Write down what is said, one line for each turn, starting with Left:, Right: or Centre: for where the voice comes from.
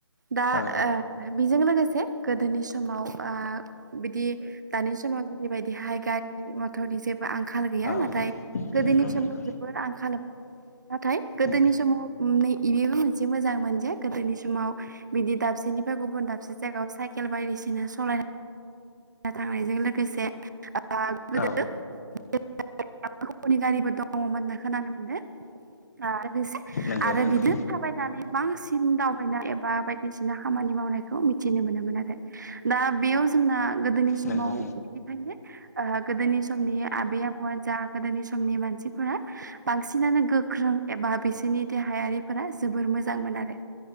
Right: दा
Left: औ
Right: ओ बेजों लोगोसे गोदोनि समाव ओ बिदि दानि समाव जेरै बायदि हाय गारि मथरनि जेबो आंखाल गैया
Left: औ
Right: नाथाय। गोदोनि
Left: नंगौ
Right: समाव
Left: नंगौ
Right: जोबोर आंखालमोन नाथाय गोदोनि
Left: नंगौ
Right: समाव नै बेबो मोनसे मोजां मोनजे गोदोनि समाव बिदि दाबसेनिफ्राय गुबुन दाबसे जागायाव साइ साइकेल बायदिसिना सलायनानै ना थांनायजों लोगोसे ओ गोदो
Left: औ
Right: <inaudible> <inaudible> गारिबो दङ'मोन होनना खोनानो मोनदो। ओ बेसे
Left: नंगौ
Right: आरो
Left: नंगौ
Right: बिदिनो थाबायनानै बांसिन दावबायनाय एबा बायदिसिना खामानि मावनायखौ मिथिनो मोनोमोन आरो। दा बियाव जोंना गोदोनि समाव
Left: नंगौ नंगौ
Right: बिनिखायनो ओ गोदोनि समनि आबै आबौआ जा गोदोनि समनि मानसि। फ्रा बांसिनानो गोख्रों एबा बिसोरनि देहायारिफोरा जोबोर मोजांमोन आरो